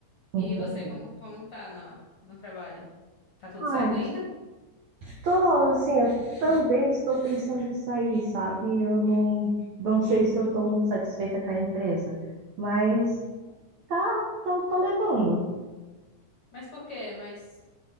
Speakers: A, on the left; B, on the right.
A: E
B: então.
A: você, como, como tá na, no trabalho? Tá tudo certo
B: Ai,
A: ainda?
B: tô assim, eu também estou pensando em sair, sabe? Eu não, não sei se eu tô muito satisfeita com a empresa, mas tá, tô, tô levando.
A: Mas por quê? Mas